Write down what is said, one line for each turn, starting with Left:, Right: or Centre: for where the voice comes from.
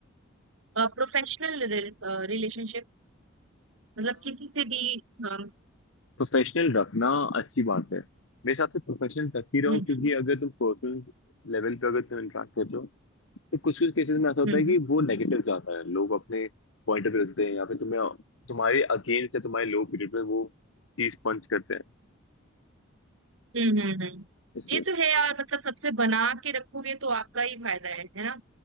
Right: प्रोफेशनल रिलेशनशिप्स मतलब किसी से भी अ,
Left: प्रोफेशनल रखना अच्छी बात है मेरे हिसाब से प्रोफेशनल रख ही रहो
Right: हम्म
Left: क्योंकि अगर तुम पर्सनल लेवल पे अगर तुम इंटरेक्ट कर रहे हो तो कुछ कुछ केसेस में ऐसा होता
Right: हम्म
Left: है कि
Right: हम्म
Left: वो नेगेटिव जाता है लोग अपने पॉइंट ऑफ व्यू रखते हैं या फिर तुम्हें तुम्हारे अगेंस्ट या तुम्हारे लो पीरियड में वो चीज पंच करते हैं
Right: हम्म हम्म, हम्म। हम्म।
Left: इसलिए
Right: ये तो है यार मतलब सबसे बना के रखोगे तो आपका ही फायदा है है ना